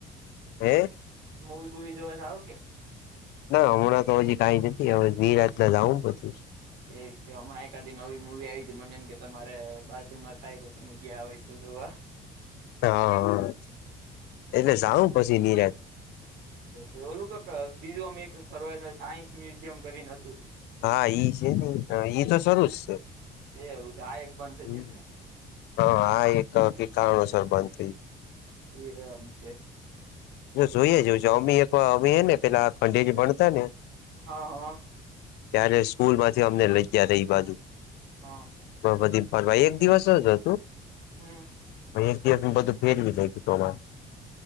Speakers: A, on the left; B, on the right.
A: હે
B: મવી બુવી જોવા જાવું કે?
A: ના હમણાં તો હજી કઈ નથી હવે ધીરાતલા જઉું બધું.
B: એ હમણાં એકાદ નવી મુવી આવી ત. મનેને કે તમારે બાજુમાં થાય તો તમે ગયા હોય તો જોવા
A: હા એટલે જાઉં પછી નિરાત
B: તે ઓલું કંઈક બીજું અમે એક ફરવાના સાયન્સ મ્યુઝિયમ કરીન હતું.
A: હા ઈ છે ને ઈ તો શુ જ છે
B: એવું છે આ એક બંધ
A: હમ
B: થઈ
A: હા આા એક કારણોસર બંધ થય
B: એમ છે
A: જો જોઈએ જ અમી એક વા અમી ને પેલા ખંડીજ ભણતા ને
B: હા હં.
A: ત્યારે સ્કૂલ માંથી અમને લઈ જયા ત એ બાજુ.
B: હા.
A: બ બધી ફરવાઈ એક દિવસ જ હતું.
B: હમ.
A: એક દિવસ બધું ફેરવી જાયી તોમાં